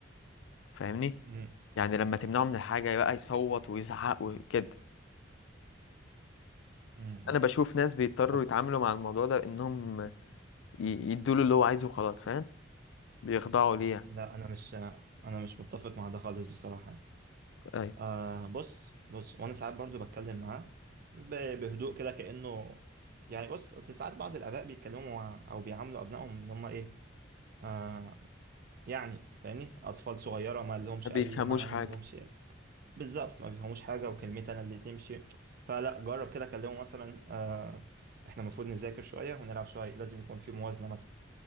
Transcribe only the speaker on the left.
فاهمني
يعني لما تمنعه من الحاجة بقى يصوت ويزعق وكده
انا بشوف ناس بيضطروا
يتعاملوا مع الموضوع ده انهم ي- يدوله اللي هو عايزه خلاص فاهم بيخضعوا ليه يعني.
اي
ما بيفهموش
حاجة